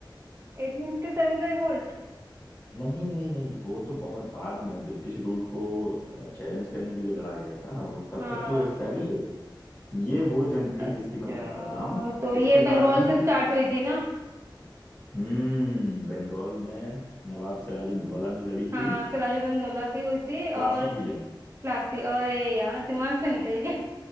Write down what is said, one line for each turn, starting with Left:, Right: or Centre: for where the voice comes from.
Right: 1857 का रिवोल्ट
Left: नहीं नहीं नहीं वो तो बहुत बाद में ब्रिटिश रूल को चैलेंज करने के लिए लड़ा गया था वो तब
Right: हाँ
Left: तक तो एस्टेब्लिश हो गया ये वो जंग थी
Right: अच्छा
Left: जिसकी मैं बात कर रहा हूँ
Right: तो ये
Left: इसके
Right: बंगाल
Left: बाद ही
Right: से स्टार्ट हुई थी ना
Left: हम्म बंगाल में नवाब सिराजुद्दौला ने लड़ी
Right: हाँ
Left: थी
Right: सिराजुद्दौला दौला की हुई थी
Left: प्लासी
Right: और
Left: की जंग
Right: प्लासी और ये यार दिमाग से निकल गया